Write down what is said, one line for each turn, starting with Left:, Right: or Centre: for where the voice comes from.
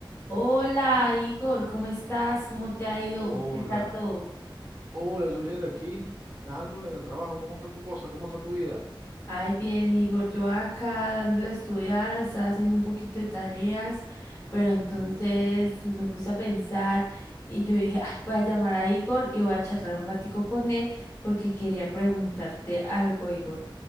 Left: Hola Igor, ¿cómo estás? ¿Cómo te ha ido?
Right: Hola,
Left: ¿Qué tal todo?
Right: hola Julieta, aquí dándole en el trabajo. ¿Cómo está tu cosa? ¿Cómo está tu vida?
Left: Ay, bien, Igor, yo acá dándole a estudiar, estaba haciendo un poquito de tareas, pero entonces
Right: Mm,
Left: me puse a pensar y yo dije, ay, voy a llamar a Igor y voy a charlar un ratico con él porque quería preguntarte algo, Igor.